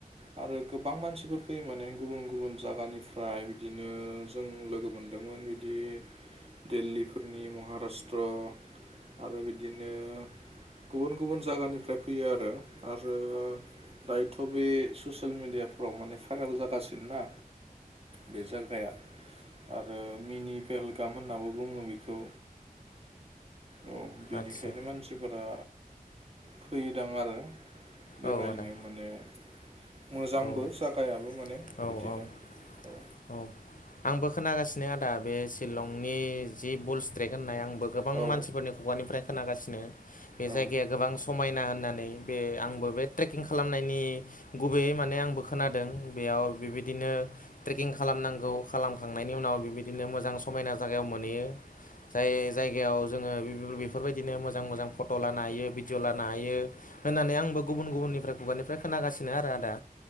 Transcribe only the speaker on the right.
आरो गोबां मानसिफोर फैयो माने गुबुन गुबुन जायगानिफ्राय बिदिनो नों जों लोगो मोनदोंमोन बिदि देल्लीफोरनि महाराष्ट्र आरो बिदिनो गुबुन गुबुन जागानिफ्राय फैयो आरो। आरो दायोथ' बे ससियेल मेडियाफ्राव माने भाइरेल जागासिनो ना बे जाग्राया आरो मिनि फहलगाम होननााबो बुङो बेखौ औ बेनिखायनो
मानसिफोरा फैयोदां आरो बेरायनो
माने मोजांबो
जागायाबो माने
बिदिनो
औ
औ
औ